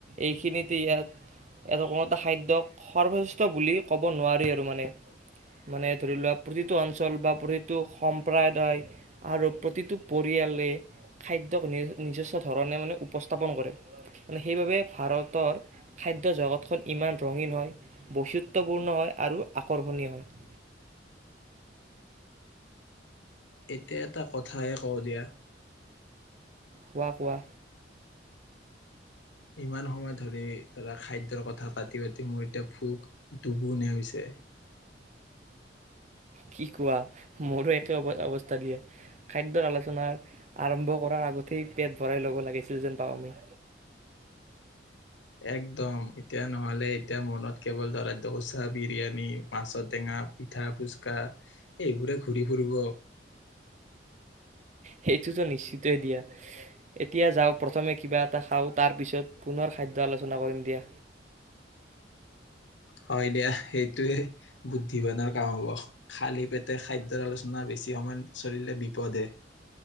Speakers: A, on the right (about 40°); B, on the left (about 85°).
A: এইখিনিতে ইয়াৰ ইয়াৰ কোনো এটা খাদ্যক সৰ্বশ্ৰেষ্ঠ বুলি ক'ব নোৱাৰি আৰু মানে মানে ধৰি লোৱা প্ৰতিটো অঞ্চল বা প্ৰতিটো সম্প্ৰাদায় আৰু প্ৰতিটো পৰিয়ালে খাদ্যক নি নিজস্ব ধৰণে মানে উপস্থাপন কৰে। মানে সেইবাবে ভাৰতৰ খাদ্য জগতখন ইমান ৰঙীন হয়। বৈচিত্ৰ্যপূৰ্ণ হয়, আৰু আকৰ্ষণীয় হয়।
B: এতিয়া এটা কথাইে কওঁ দিয়া।
A: কোৱা কোৱা।
B: ইমান সময় ধৰি ধৰা খাদ্যৰ কথা পাতি পাতি মোৰ ভোক দুগুণে হৈছে।
A: কি কোৱা মোৰো একে অ অৱস্থা দিয়া। খাদ্যৰ আলোচনাৰ আৰম্ভ কৰাৰ আগতেই পেট ভৰাই ল'ব লাগিছিল যেন পাওঁ আমি।
B: একদম এতিয়া নহ'লে এতিয়া মনত কেৱল ধৰা ডোচা, বিৰিয়ানী, মাছৰ টেঙা পিঠা, ফুচকা এইবোৰে ঘূৰি ফুৰিব।
A: সেইটোতো নিশ্চিতয়ে দিয়া। এতিয়া যাওঁ, প্ৰথমে কিবা এটা খাওঁ তাৰ পিছত পুনৰ খাদ্য আলোচনা কৰিম দিয়া।
B: হয় দিয়া সেইটোৱে বুদ্ধি কাৰণে কাম হব, খালী পেট তে খাদ্যৰ আলোচনা বেছি সময়ত চলিলে বিপদহে।